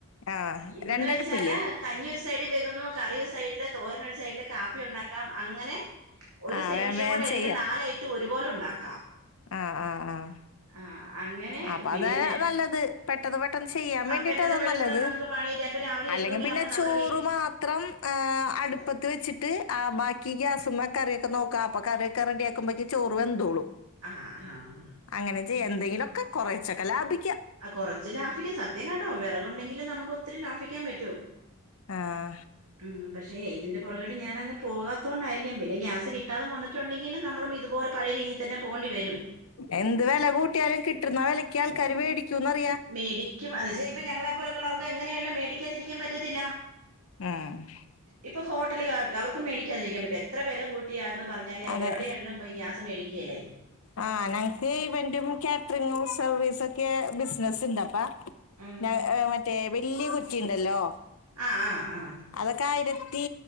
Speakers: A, on the left; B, on the right.
A: ആഹ്
B: ഇതന്ന്
A: രണ്ടടുപ്പില്ലേ
B: വെച്ചാല് കഞ്ഞിയൊരു സൈഡിൽ വേകുന്നു കറിയൊരു സൈഡില് തോരനൊരു സൈഡില് കാപ്പി ഉണ്ടാക്കാം അങ്ങനെ ഒരു
A: ആഹ്
B: സെമിഷം
A: വേം വേം
B: കൊണ്ട് എല്ലാം
A: ചെയ്യാ
B: നാലൈറ്റോം ഒരുപോലെ ഉണ്ടാക്കാം
A: ആഹ് ആഹ് ആഹ്
B: ആഹ് അങ്ങനെ
A: അപ്പൊ
B: പിന്നെ
A: അതാ
B: ഈ
A: നല്ലത് പെട്ടെന്ന് പെട്ടെന്ന് ചെയ്യാൻ വേണ്ടിട്ട്
B: പെട്ടെന്ന്
A: അതാ
B: പെട്ടെന്ന്
A: നല്ലത്
B: നമുക്ക് പണി തീര അപ്പൊ രാവിലെ
A: അല്ലെങ്കിൽ
B: എട്ട്മണിയാവുമ്പ
A: പിന്നെ
B: നമ്മുടെ
A: ചോറ്
B: വീട്ടിൽ
A: മാത്രം അടുപ്പത്ത് വെച്ചിട്ട് ആഹ് ബാക്കി ഗ്യാസിമ്മ കറിയൊക്കെ നോക്ക അപ്പൊ കറിയൊക്കെ റെഡിയാക്കുമ്പോക്ക് ചോറ് വെന്തോള്ളു
B: ആഹ് ആഹ്
A: അങ്ങനെ ചെയ്യാ എന്തെങ്കിലൊക്കെ കുറച്ചൊക്കെ ലാഭിക്കാം
B: ആഹ് കൊറച്ച് ലാഭിക്ക സത്യം കേട്ടോ വിറകുണ്ടെങ്കിൽ നമുക്ക് ഒത്തിരി ലാഭിക്കാൻ പറ്റു
A: ആഹ്
B: ഉം പക്ഷേ ഇതിന്റെ പുറകട്ട് ഞാനങ്ങ് പോകാത്തോണ്ടായിരിക്കും പിന്നെ ഗ്യാസ് കിട്ടാതെ വന്ന് ട്ടുണ്ടെങ്കില് നമ്മള്ളുമിതുപോലെ പഴേ രീതിയിത്തന്നെ പോകേണ്ടി വരും.
A: എന്ത് വില കൂട്ടിയാലും കിട്ടുന്ന വിലയ്ക്ക് ആൾക്കാര് വേടിക്കൂന്ന്റിയാം
B: മേടിക്കും അതിപ്പോ ഞങ്ങളെപ്പോലുള്ളവർക്ക് എങ്ങനെയാണേലു മേടിക്കാതിരിക്കാൻ പറ്റത്തില്ല
A: ആഹ്
B: ഇപ്പൊ ഹോട്ടലുകാർക്ക് അവർക്ക് മേ രിക്കാൻ പറ്റോ എത്ര വില കൂട്ടിയാണന്ന് പറഞ്ഞാല് അവ
A: അതെ
B: എവിടെയാണെലും പോയി ഗ്യാസ് മേടിക്കുകല്ലേ
A: ആഹ് ഞങ്ങക്ക് ഈവന്റും കാറ്ററിംഗും സർവീസൊക്കെ ബിസിനസ്ണ്ട് അപ്പൊ
B: ഉം
A: ഞ മറ്റേ വല്ല്യ കുറ്റിണ്ടല്ലോ
B: ആഹ് ആഹ് ആഹ്
A: അതൊക്കെ ആയിരത്തി